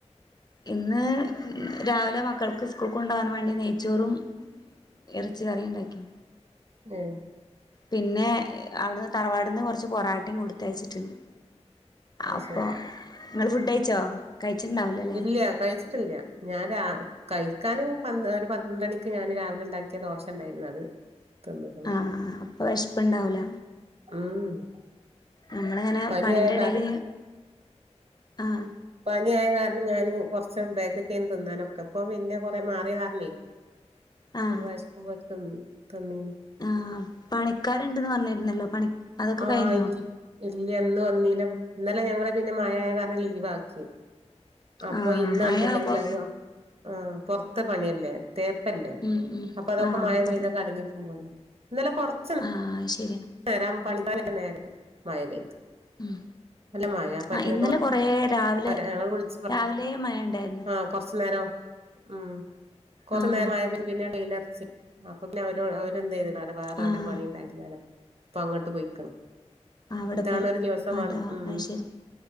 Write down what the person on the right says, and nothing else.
ഓഹ്
അത്
ശരി
ല്ല്യ കയ്ച്ച ഞാൻ രാ കഴിക്കാനും പ ഒരു പന്ത്രണ്ടണിക്ക് ഞാന് രാവിലെ ഉണ്ടാക്കിയ ദോഷ ഉണ്ടായിരുന്നു അത് തിന്നക്കൻ
ഉം ഉം
പനിയായ
കാരണം
പനി ആയ കാരണം ഞാന് കുറച്ച് ബാക്ക് ഒക്കെെ ആരുന്നു തിന്നാനൊക്കെ ഇപ്പ പിന്നെ കൊറ മാറിയ കാരണേ
വിശക്കുമ്പോൾ എടുത്ത് തിന്നേ ന്
ആഹ്
ഇല്ല ഇല്ലന്ന് ഇന്ന് വന്നീല ഇന്നലെ ഞങ്ങള് പിന്നെ മഴ ആയ കാരണം ലീവ് ആക്കി അപ്പൊ
ഇന്നാണെന്നുണ്ടെങ്കില്
അവര് ആഹ് പുറത്ത് പണിയല്ലേ തേപ്പല്ലേ
അപ്പൊ അതൊക്കെ
മഴ
പെയ്തൊക്കെ കലങ്ങി പോവല്ലോ ഇന്നലെ കുറച്ച്
നേരാ പണിക്കാര് വരുന്ന നേരെത്ത് മഴ പെയ്തു
നല്ല മഴ അപ്പൊ അയിറ്റങ്ങക്ക്
വരാൻ ഞങ്ങള് വിളിച്ചു പറഞ്ഞു
ആഹ് കൊറച്ചു നേരം ഉം കൊറച്ചു
നേരം മഴപെയ്തിട്ട് പിന്നെ അങ്ങട്ട് വെയിൽ ഉറച്ച് അപ്പൊ പിന്നെ അവര് അവര് എന്ത് ചെയ്തു വേറെ
അവിടെ പണി ഉണ്ടായിരുന്നു അപ്പൊ അങ്ങോട്ട് പോയിക്കണ്
ഇതാണ്
ഒരു ദിവസം
വന്ന ഉം